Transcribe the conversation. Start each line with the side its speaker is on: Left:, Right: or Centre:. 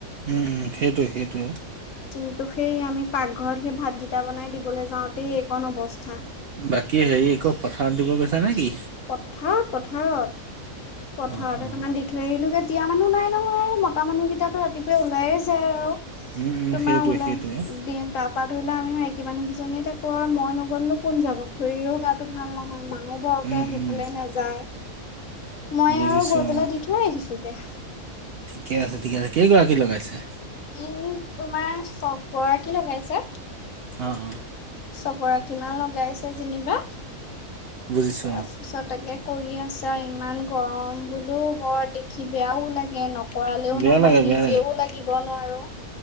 Right: উম, উম, সেইটোয়ে সেইটোয়ে।
Left: কিন্তু সেই আমি পাকঘৰত সেই ভাতগিটা বনাই দিবলৈ যাওঁতেই এইকণ অৱস্থা।
Right: বাকী হেৰি আকৌ পথাৰ দিব গৈছা নে কি?
Left: পথাৰত পথাৰত পথাৰতে
Right: অ অ
Left: একণমান দি থৈ আহিলোগে। এতিয়া মানুহ নাই নহয় আৰু মতা মানুহকেইটাতো ৰাতিপুৱাই ওলায়ে যায় আৰু।
Right: উম উম
Left: তোমাৰ
Right: সেইটোৱে
Left: ওলাই
Right: সেইটোৱে
Left: দিন তাৰপা ধৰিলে আমি মানুহকেইজনীয়ে তেকৰ, মই নগলে কোন যাব খুৰীৰো গাটো ভাল নহয় মাও
Right: উম
Left: কে সেইফালে
Right: উম
Left: নাযায়। মই
Right: বুজিছো
Left: আৰু গৈ পেলাই
Right: অ।
Left: দি থৈ আহিছোগে।
Right: ঠিকে আছে ঠিকে আছে কেইগৰাকী লগাইছে?
Left: উম, তোমাৰ চগৰাকী লগাইছে।
Right: অ', অ',
Left: চগৰাকীমান লগাইছে যেনিবা
Right: বুজিছো
Left: তাৰপিছত
Right: অ
Left: তাকে কৰি আছে আৰু ইমান গৰম বোলো বৰ দেখি বেয়াও লাগে ন নকৰালেও
Right: বেয়া
Left: নহয়
Right: লাগে বেয়া
Left: নিজেও লাগিব নোৱাৰো।